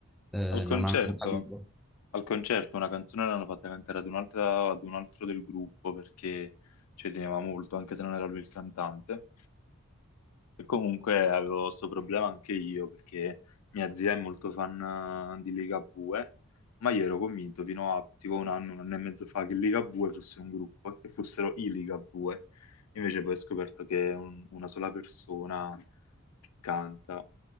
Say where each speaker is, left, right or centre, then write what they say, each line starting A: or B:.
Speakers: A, in the centre; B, on the left.
A: eh,
B: Al concerto,
A: non, ha- non capivo.
B: al concerto una canzone l'hanno fatta cantare ad un'altra- ad un altro del gruppo perché ci teneva molto, anche se non era lui il cantante. E comunque avevo questo problema anche io perché mia zia è molto fan eh, di Ligabue, ma io ero convinto fino a tipo un anno, un anno e mezzo fa che Ligabue fosse un gruppo e che fossero i Ligabue. Invece poi ho scoperto che è un- una sola persona che canta.